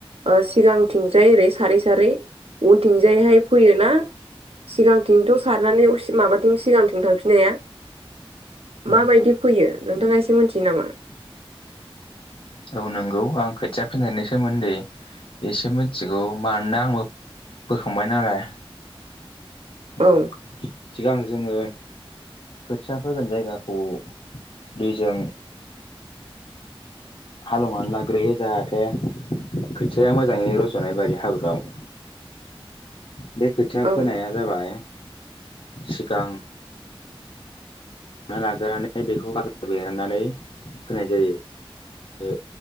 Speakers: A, on the right (about 80°); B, on the left (about 60°).
A: ओ सिगांथिंजाय ओरै सारै- सारै उनथिंजायहाय फैयो ना सिगांथिंथ' सारनानै उसि माबाथिं सिगांथिं थांफिननो हाया। माबायदि
B: उम
A: फैयो नोंथाङा एसे मिथियो नामा?
B: औ नंगौ, आं खोथिया फोनायनि सोमोन्दै एसे मिथिगौ मानोना आंबो फोखांबाय नालाय
A: औ।
B: उम सिगां जोङो खोथिया फोगोन जायगाखौ दैजों हालेवनानै लाग्रोयो जाहाथे खोथिया मोजाङै रज'नाय बायदि हाब्रुआव।
A: <inaudible>
B: बे खोथिया
A: औ
B: फोनाया जाबाय सिगां लाग्रोनानै बेखौ गाजा बेरहोनानै फोनाय जायो। ओ